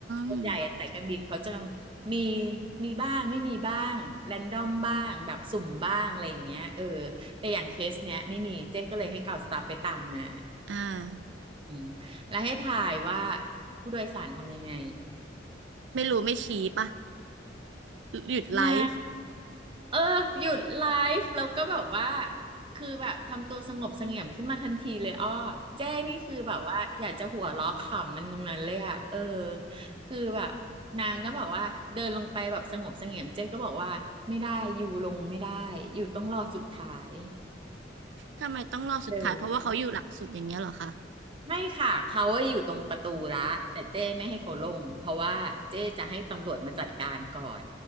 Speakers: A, on the right (about 30°); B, on the right (about 75°).
A: ส่วนใหญ่อะสายการบินเขาจะ
B: ม
A: มีมีบ้างไม่มีบ้างแรนดอมบ้างแบบสุ่มบ้างอะไรอย่างเงี้ยเออแต่อย่างเคสเนี้ยไม่มีเจ๊ก็เลยให้เก่าสตาฟไปตามมา
B: อ่า
A: อืมแล้วให้ถ่ายว่าผู้โดยสารทำยังไง
B: ไม่รู้ไม่ชี้ปะหยุดไลฟ์
A: นะ เออหยุดไลฟ์แล้วก็แบบว่าคือแบบทำตัวสงบเสงี่ยมขึ้นมาทันทีเลยอ้อเจ้นี่คือแบบว่าอยากจะหัวเราะขำมันตรงนั้นเลยอ่ะเออคือแบบนางก็บอกว่าเดินลงไปแบบสงบเสงี่ยมเจ้ก็บอกว่าไม่ได้อยู่ลงไม่ได้อยู่ต้องรอสุดท้าย
B: ทำไมต้องรอสุดท้ายเพราะว่าเขาอยู่หลังสุดอย่างเงี้ยเหรอคะ
A: เออไม่ค่ะเขาอะอยู่ตรงประตูละแต่เจ้ไม่ให้เขาลงเพราะว่าเจ้จะให้ตำรวจมาจัดการก่อน